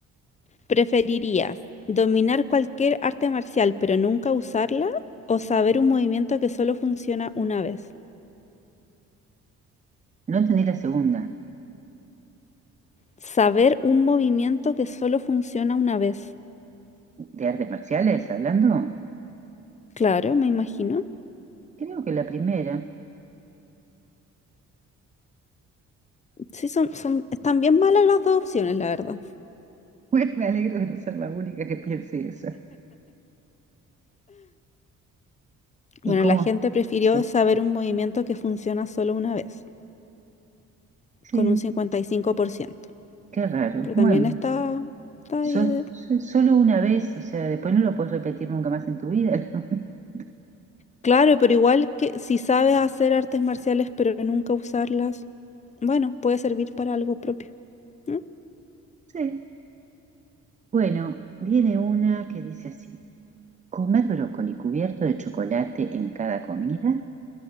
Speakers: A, on the left; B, on the right.
A: ¿Preferirías dominar cualquier arte marcial pero nunca usarla o saber un movimiento que solo funciona una vez?
B: No entendí la segunda.
A: Saber un movimiento que solo funciona una vez.
B: ¿De artes marciales hablando?
A: Claro, me imagino.
B: Creo que la primera. <laughs>
A: Sí, son, son, están bien malas las dos opciones, la verdad.
B: Bueno, me alegro de no ser la única que piense eso. ¿Y
A: Bueno,
B: cómo?
A: la gente prefirió
B: Sí,
A: saber un movimiento que funciona solo una vez,
B: sí,
A: con un 55%.
B: qué raro.
A: Pero
B: Bueno,
A: también está, está
B: sol-
A: ahí
B: so- solo una vez, o sea, después no lo puedes repetir nunca más en tu vida. <laughs>
A: Claro, pero igual que si sabes hacer artes marciales pero nunca usarlas, bueno, puede servir para algo propio. ¿no?
B: Sí. Bueno, viene una que dice así: comer brócoli cubierto de chocolate en cada comida